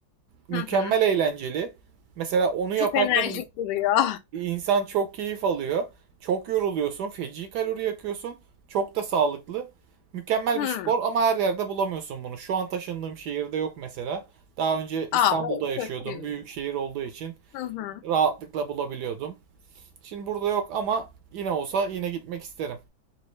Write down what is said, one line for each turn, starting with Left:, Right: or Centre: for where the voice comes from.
Right: Mükemmel
Left: Hı hı.
Right: eğlenceli. Mesela onu yaparken
Left: Çok enerjik duruyor.
Right: İnsan çok keyif alıyor. Çok yoruluyorsun. Feci kalori yakıyorsun. Çok da sağlıklı. Mükemmel
Left: Hı.
Right: bir spor ama her yerde bulamıyorsun bunu. Şu an taşındığım şehirde yok mesela. Daha önce İstanbul'da
Left: Aa, o
Right: yaşıyordum.
Left: kötüymüş.
Right: Büyük şehir olduğu için
Left: Hı hı.
Right: rahatlıkla bulabiliyordum. Şimdi burada yok ama yine olsa yine gitmek isterim.